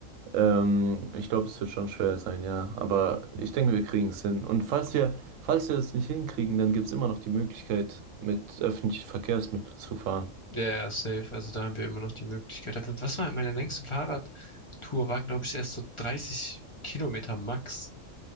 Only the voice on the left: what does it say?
Ja, ja, safe. Also da haben wir immer noch die Möglichkeit. Aber was war meine längste Fahrradtour? War, glaube ich, erst so 30 Kilometer max.